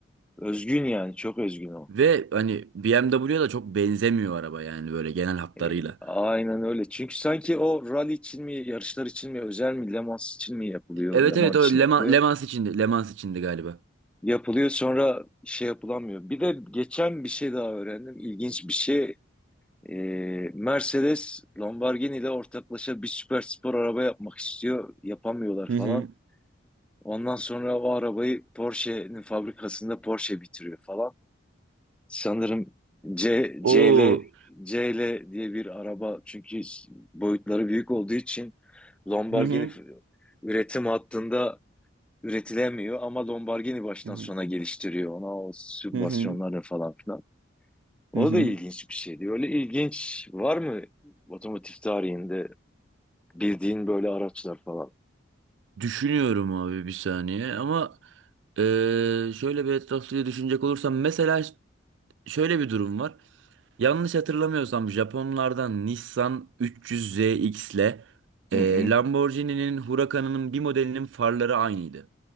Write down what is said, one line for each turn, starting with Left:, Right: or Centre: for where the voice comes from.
Centre: özgün yani çok özgün o.
Right: Ve hani BMW'ye da çok benzemiyor araba yani böyle genel hatlarıyla.
Centre: E, aynen öyle. Çünkü sanki o rally için mi yarışlar için mi özel mi Le Mans için mi yapılıyor?
Right: Evet
Centre: Le Mans
Right: evet o
Centre: için
Right: Leman,
Centre: yapılıyor.
Right: Lemans içindi. Lemans içindi galiba.
Centre: Yapılıyor sonra şey yapılamıyor. Bir de geçen bir şey daha öğrendim. İlginç bir şey. Ee, Mercedes Lamborghini ile ortaklaşa bir süper spor araba yapmak istiyor. Yapamıyorlar
Right: Hı
Centre: falan.
Right: hı.
Centre: Ondan sonra o arabayı Porsche'nin fabrikasında Porsche bitiriyor falan. Sanırım C,
Right: Oo
Centre: CL, CL diye bir araba çünkü boyutları büyük olduğu için Lamborghini
Right: Hı hı.
Centre: f- üretim hattında üretilemiyor ama Lamborghini baştan
Right: Hı hı.
Centre: sona geliştiriyor ona o sübvansiyonları
Right: Hı hı.
Centre: falan filan. O
Right: Hı hı.
Centre: da ilginç bir şeydi. Öyle ilginç var mı otomotiv tarihinde bildiğin böyle araçlar falan?
Right: düşünüyorum abi bir saniye ama eee, şöyle bir etraflıca düşünecek olursam mesela ş- şöyle bir durum var. Yanlış hatırlamıyorsam Japonlardan Nissan 300ZX ile eee,
Centre: Hı hı.
Right: Lamborghini'nin Huracan'ının bir modelinin farları aynıydı.